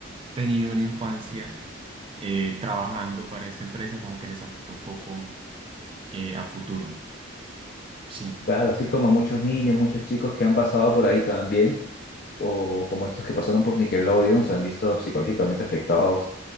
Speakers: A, on the right (about 25°); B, on the left (about 45°).
A: tenido una infancia eh, trabajando para esta empresa como que les afectó un poco eh, a futuro. Sí,
B: Claro, así como muchos niños, muchos chicos que han pasado por ahí también, o como estos que pasaron por Nickelodeon, se han visto psicológicamente afectados